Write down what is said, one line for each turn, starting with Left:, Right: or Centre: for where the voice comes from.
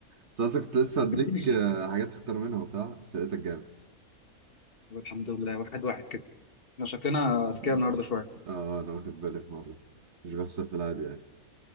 Right: بس أنا كنت لسه هديك
Left: <laughs>
Right: آه، حاجات تختار منها وبتاع بس لقيتك جامد
Left: طب الحمد لله واحد واحد كده احنا شكلنا اذكياء النهارده
Right: صح
Left: شوية
Right: آه أنا واخد بالي في الموضوع ده مش بيحصل في العادي يعني